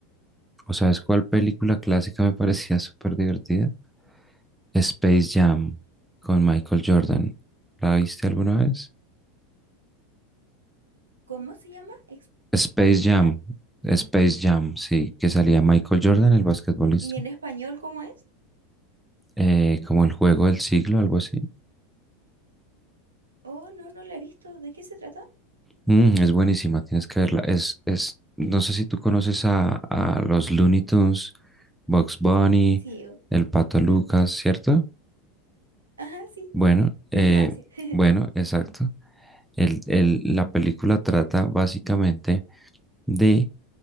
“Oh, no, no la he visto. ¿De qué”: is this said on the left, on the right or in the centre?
Right